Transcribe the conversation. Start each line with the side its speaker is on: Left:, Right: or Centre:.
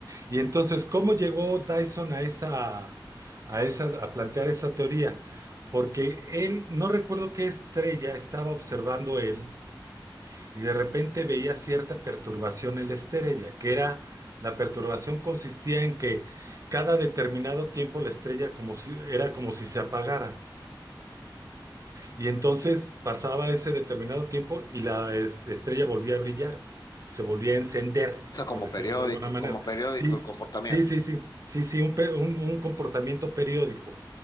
Right: Y entonces, ¿cómo llegó Dyson a esa, a esa, a plantear esa teoría? Porque él, no recuerdo qué estrella estaba observando él, y de repente veía cierta perturbación en la estrella, que era, la perturbación consistía en que cada determinado tiempo la estrella como si, era como si se apagara. Y entonces pasaba ese determinado tiempo y la es- estrella volvía a brillar, se volvía a encender,
Left: o sea, como
Right: por decirlo
Left: periódico,
Right: de alguna manera.
Left: como periódico
Right: Sí,
Left: el comportamiento.
Right: sí, sí, sí, sí, sí, un, pe- un- un comportamiento periódico.